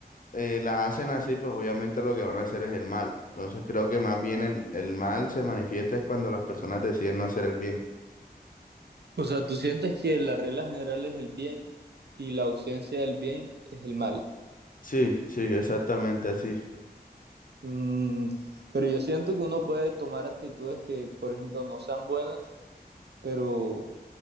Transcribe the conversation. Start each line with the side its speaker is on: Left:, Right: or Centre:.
Left: eh, las hacen así, pues obviamente lo que van a hacer es el mal. Entonces creo que más bien el, el mal se manifiesta es cuando las personas deciden no hacer el bien.
Right: O sea, tú sientes que la regla general es el bien y la ausencia del bien es el mal.
Left: Sí, sí, exactamente así.
Right: Mm, pero yo siento que uno puede tomar actitudes que, por ejemplo, no sean buenas, pero